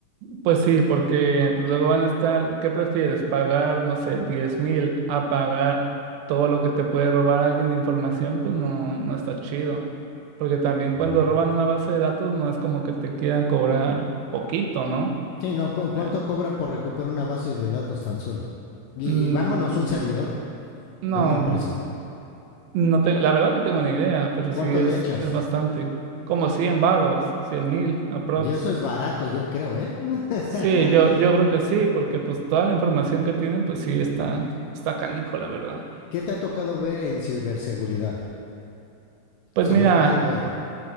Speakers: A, on the right; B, on the left.
A: Pues sí, porque pues, luego van a estar, ¿qué prefieres? ¿Pagar, no sé, diez mil a pagar todo lo que te puede robar alguien de información? Pues no, no está chido. Porque también cuando
B: Ujú.
A: roban una base de datos no es como que te quieran cobrar poquito, ¿no?
B: Sí, no, ¿cu- ¿cuánto
A: Ya.
B: cobran por recuperar una base de datos tan solo? Y,
A: Mm,
B: y vámonos un servidor
A: no,
B: de una empresa.
A: no te- la verdad no tengo ni idea, pero
B: ¿Cuánto
A: sí es,
B: le echas?
A: es bastante. Como 100 varos, cien mil aprox.
B: Y eso es barato, yo creo, ¿eh? <laughs>
A: Sí, yo, yo creo que sí, porque pues toda la información que tienen, pues sí está, está canijo, la verdad.
B: ¿Qué te ha tocado ver en ciberseguridad?
A: Pues
B: Sobre
A: mira,
B: malware.